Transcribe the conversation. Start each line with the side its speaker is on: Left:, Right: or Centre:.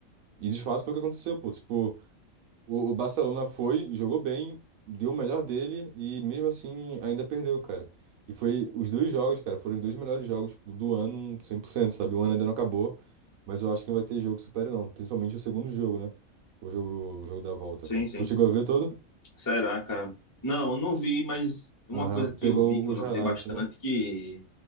Right: E de fato foi o que aconteceu, pô, tipo... O, o Barcelona foi, jogou bem, deu o melhor dele e mesmo assim ainda perdeu, cara. E foi os dois jogos, cara, foram os dois melhores jogos tipo, do ano um cem por cento sabe? O ano ainda não acabou, mas eu acho que não vai ter jogo que supere não, principalmente o segundo jogo, né? O jogo, o jogo da volta,
Left: sim,
Right: cara.
Left: sim.
Right: Tu chegou a ver todo?
Left: Será, cara? Não, eu não vi, mas uma
Right: Aham,
Left: coisa que
Right: pegou
Left: eu vi, que
Right: os
Left: eu notei
Right: highlights,
Left: bastante,
Right: né?
Left: que,